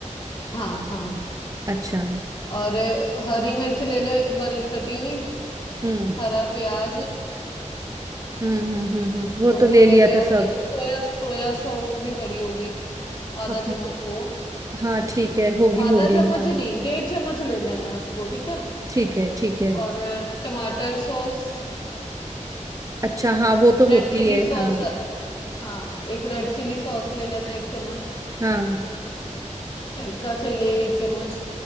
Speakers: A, on the left; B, on the right.
A: हाँ हाँ
B: अच्छा
A: और अ, हरी मिर्च ले लो एक बारीक कटी हुई
B: हम्म
A: हरा प्याज
B: हम्म हम्म हम्म हम्म वो
A: दो
B: तो ले
A: हरे
B: लिया
A: प्याज
B: था सब
A: चाहिए सोया सोया सॉस भी पड़ी होगी आधा
B: अ,
A: चम्मच वो
B: हाँ ठीक है होगी
A: आधा
B: होगी
A: चम्मच
B: हाँ
A: नहीं डेढ़ चम्मच ले लेना उसको ठीक है
B: ठीक है ठीक है
A: और अ, टमाटर सॉस
B: अच्छा हाँ वो तो
A: रेड
B: होती
A: चिली
B: है
A: सॉस
B: हाँ
A: हाँ एक रेड चिली सॉस ले लेना एक चम्मच
B: हाँ
A: सिरका चाहिए एक चम्मच